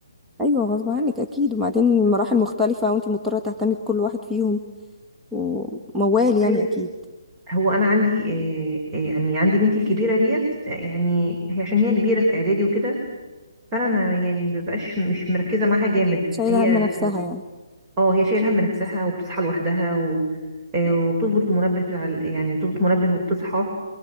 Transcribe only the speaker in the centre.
ايوه غصب عنك اكيد وبعدين مراحل مختلفة وانت مضطرة تهتمي بكل واحد فيهم وموال يعني
اكيد
شايلة
هم نفسها يعني